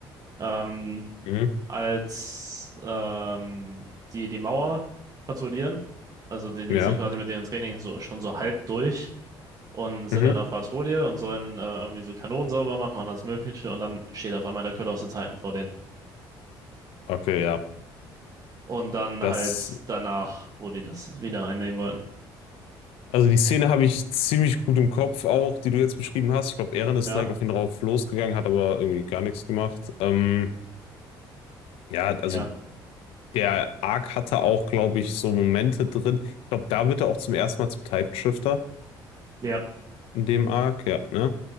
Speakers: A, on the right; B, on the left.
A: ähm,
B: Mhm.
A: als ähm, die die Mauer patrouillieren. Also die, die
B: Ja.
A: sind quasi mit ihren Trainings so, schon so halb durch und sind
B: Mhm.
A: dann auf Patrouille und sollen äh, irgendwie so Kanonen sauber machen und alles Mögliche. Und dann steht auf einmal der Colossal Titan vor denen.
B: Okay, ja.
A: Und dann
B: Das,
A: halt danach, wo die das wieder einnehmen wollten.
B: also die Szene habe ich ziemlich gut im Kopf auch, die du jetzt beschrieben hast. Ich glaube, Eren
A: Ja,
B: ist direkt auf ihn drauf losgegangen, hat aber irgendwie gar nichts gemacht. Ähm, ja, also
A: ja,
B: der Arc hatte auch, glaube ich, so Momente drin. Ich glaube, da wird er auch zum ersten Mal zum Titanshifter
A: ja,
B: in dem Arc, ja, ne?